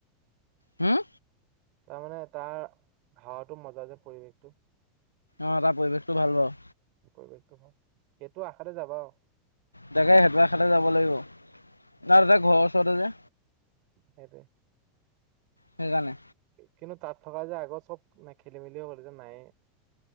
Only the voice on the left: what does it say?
হম
অ তাৰ পৰিৱেশটো ভাল বাও
তাকে হেতু আশাতে যাব লাগিব নাই
দাদা ঘৰৰ ওচৰতে যে
সেইকাৰণে